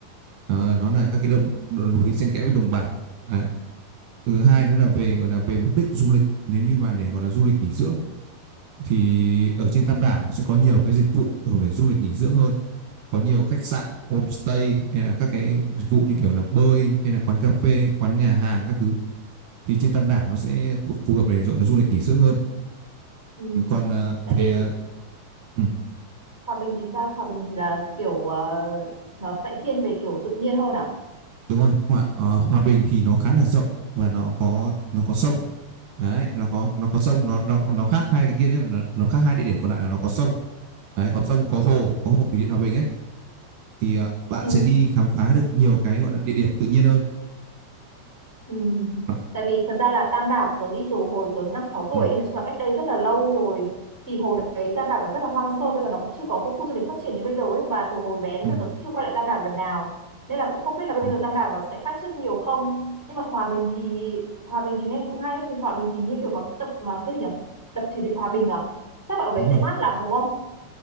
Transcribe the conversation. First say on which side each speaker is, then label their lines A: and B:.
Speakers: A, on the right; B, in the centre.
A: ờ, nó là các cái đồng, đồng núi xen kẽ với đồng bằng đấy. thứ hai nữa là về gọi là về mục đích du lịch nếu như mà để gọi là du lịch nghỉ dưỡng thì ở trên Tam Đảo nó sẽ có nhiều cái dịch vụ dùng để du lịch nghỉ dưỡng hơn có nhiều khách sạn homestay hay là các cái dịch vụ như kiểu là bơi hay là quán cà phê quán nhà hàng các thứ thì trên Tam Đảo nó sẽ thuộc phù hợp để gọi là du lịch nghỉ dưỡng hơn
B: Ừ.
A: còn ờ,
B: Tại
A: về
B: vì
A: ờ, ừ,
B: Hòa bình thì sao? Hòa bình thì là kiểu ờ, nó sẽ thiên về kiểu tự nhiên hơn à?
A: đúng rồi Hòa, ờ, Hòa Bình thì nó khá là rộng và nó có nó có sông đấy nó có nó có sông nó nó nó khác hai cái kia nhất là nó, nó khác hai địa điểm còn lại là nó có sông đấy có sông có hồ có hồ thủy điện Hòa Bình ấy thì ờ, bạn
B: Ừ.
A: sẽ đi khám phá được nhiều cái gọi là địa điểm tự nhiên hơn
B: Ừ.
A: Nó-
B: Tại vì thật ra là Tam Đảo tớ đi từ hồi tớ năm sáu tuổi
A: ừ,
B: ấy, nói chung là cách đây rất là lâu rồi thì hồi đấy Tam Đảo nó rất là hoang sơ bây giờ nó cũng chưa có khu, khu du lịch phát triển như bây giờ ấy và từ hồi bé đến
A: ừ,
B: giờ tớ chưa quay lại Tam Đảo lần nào nên là cũng không biết là bây
A: ừ,
B: giờ Tam Đảo nó sẽ khác trước nhiều không nhưng mà Hòa Bình thì Hòa Bình thì nghe cũng hay thì Hòa Bình thì như kiểu có tập mà cái gì nhỉ đập thủy điện Hòa Bình à chắc là ở đấy
A: đúng
B: sẽ
A: rồi
B: mát lắm đúng không?